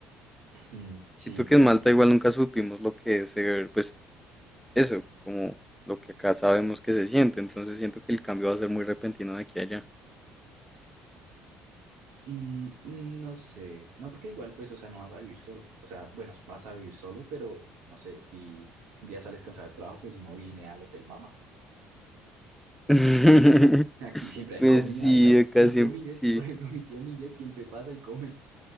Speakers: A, on the right; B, in the centre.
A: <clears throat> Mm, Sí,
B: Siento que
A: también.
B: en Malta igual nunca supimos lo que es ser, pues eso, como lo que acá sabemos que se siente. Entonces siento que el cambio va a ser muy repentino de aquí a allá.
A: Mm, mm, no sé, no porque igual pues, o sea, no vas a vivir solo, o sea, bueno, vas a vivir solo, pero no sé, si un día sales cansado del trabajo, pues uno viene al Hotel Mama,
B: <laughs>
A: <laughs> aquí siempre hay
B: Pues
A: comida,
B: sí,
A: o sea,
B: acá
A: mi
B: siempre,
A: tío Miguel,
B: sí.
A: <laughs> por ejemplo, mi tío Miguel siempre pasa y come,